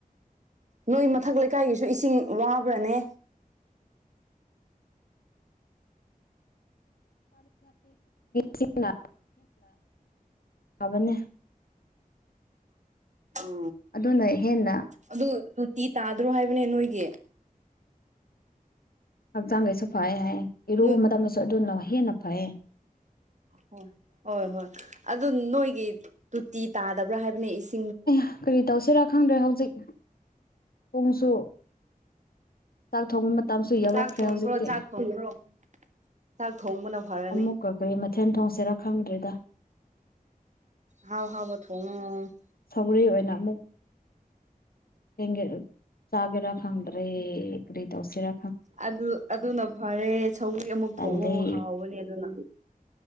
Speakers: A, on the right (about 50°); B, on the left (about 80°).
A: ꯅꯣꯏ ꯃꯊꯛ ꯂꯩꯀꯥꯏꯒꯤꯁꯨ ꯏꯁꯤꯡ ꯋꯥꯕ꯭ꯔꯅꯦ
B: ꯁꯤ ꯍ ꯐꯕꯅꯦ
A: ꯎ
B: ꯑꯗꯨꯅ ꯍꯦꯟꯅ
A: ꯑꯗꯨ ꯇꯨꯇꯤ ꯇꯥꯗ꯭ꯔꯣ ꯍꯥꯏꯕꯅꯦ ꯅꯣꯏꯒꯤ
B: ꯍꯛꯆꯥꯡꯈꯩꯁꯨ ꯐꯩ ꯍꯥꯏ ꯏꯔꯨꯕ
A: ꯅꯣꯏ
B: ꯃꯇꯝꯗꯁꯨ ꯑꯗꯨ ꯂ ꯍꯦꯟꯅ ꯐꯩ
A: ꯍꯣꯏ ꯍꯣꯏ ꯍꯣꯏ ꯑꯗꯨ ꯅꯣꯏꯒꯤ ꯇꯨꯇꯤ ꯇꯥꯗꯕ꯭ꯔꯥ ꯍꯥꯏꯕꯅꯦ ꯏꯆꯦ
B: ꯑꯦ ꯀꯔꯤꯇꯥꯁꯤ ꯔ ꯈꯪꯗ꯭ꯔꯦ ꯍꯧꯖꯤꯛ ꯄꯣꯡꯁꯨ ꯆꯥꯛ ꯊꯣꯡꯕ ꯃꯇꯝꯁꯨ ꯌꯥꯎꯔꯛꯈ꯭ꯔꯦ
A: ꯆꯥꯛ ꯊꯣꯡꯈ꯭ꯔꯣ
B: ꯍꯧꯖꯤꯛꯇꯤ
A: ꯆꯥꯛ ꯊꯣꯡꯈ꯭ꯔꯣ ꯆꯥꯛ ꯊꯣꯡꯕꯅ ꯐꯔꯅꯤ
B: ꯑꯃꯨꯛꯀꯀꯔꯤ ꯃꯊꯦꯜ ꯊꯣꯡꯁꯤꯦꯔꯥ ꯈꯪꯗ꯭ꯔꯦꯗ
A: ꯍꯥꯎ ꯍꯥꯎꯕ ꯊꯉ
B: ꯊꯧꯔꯤ ꯑꯣꯏꯅ ꯑꯃꯨꯛ ꯍ ꯆꯔ ꯈꯪꯗ꯭ꯔꯦ ꯀꯔꯤ ꯇꯧꯁꯤꯔ
A: ꯑꯗꯨ ꯑꯗꯨꯅ ꯐꯔꯦ ꯁꯧꯤ ꯑꯃꯨꯛ
B: ꯇꯜꯂꯦ
A: ꯊꯣꯡꯉꯣ ꯍꯥꯎꯕꯅꯦ ꯑꯗꯨꯅ